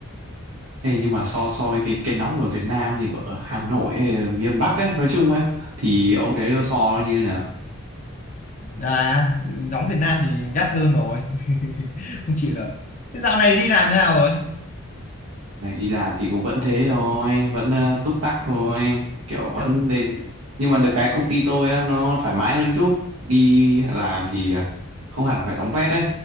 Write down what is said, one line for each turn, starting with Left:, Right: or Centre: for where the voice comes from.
Right: Ê, nhưng mà so so với cái cái nóng ở Việt Nam thì ở Hà Nội hay miền Bắc ấy, nói chung ấy thì ông thấy so nó như nào?
Left: À nóng Việt Nam thì gắt hơn rồi, <laughs> không chịu được. Thế dạo này đi làm thế nào rồi?
Right: Này đi làm thì cũng vẫn thế thôi, vẫn ờ, túc tắc thôi, kiểu vẫn
Left: À,
Right: lên nhưng mà được cái công ty tôi á nó thoải mái hơn chút, đi làm thì ờ, không hẳn phải đóng vét ấy,